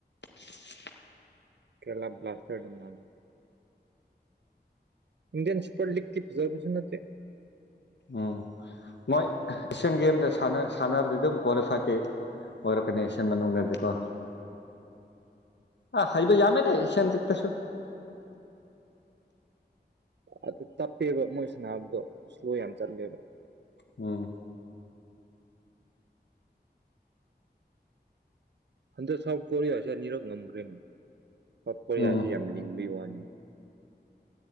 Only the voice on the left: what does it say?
<inaudible>
ꯎꯝ ꯃꯣꯏ ꯑꯦꯁꯤꯌꯥꯟ ꯒꯦꯝꯗ ꯁꯥꯟꯅꯔꯗꯤ ꯑꯗꯨꯝ ꯀ꯭ꯋꯥꯂꯤꯐꯥꯏꯇꯤ ꯑꯣꯏꯔꯛꯀꯅꯤ ꯑꯦꯁꯤꯌꯥꯟ ꯃꯅꯨꯡꯗꯗꯤꯀꯣ ꯑ ꯍꯩꯕ ꯌꯥꯝꯃꯦꯗ ꯑꯦꯁꯤꯌꯥꯟ ꯂꯤꯛꯇꯁꯨ
ꯎꯝ
ꯎꯝ